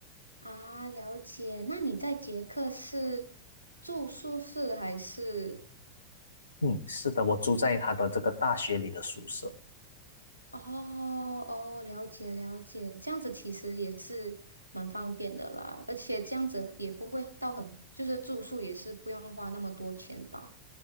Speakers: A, on the right; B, on the left.
A: 啊，了解。那你在捷克是住宿舍还是？
B: 嗯，是的，我住在他的这个大学里的宿舍。
A: 哦哦，了解了解，这样子其实也是蛮方便的啦，而且这样子也不会到很，就是住宿也是不用花那么多钱吧。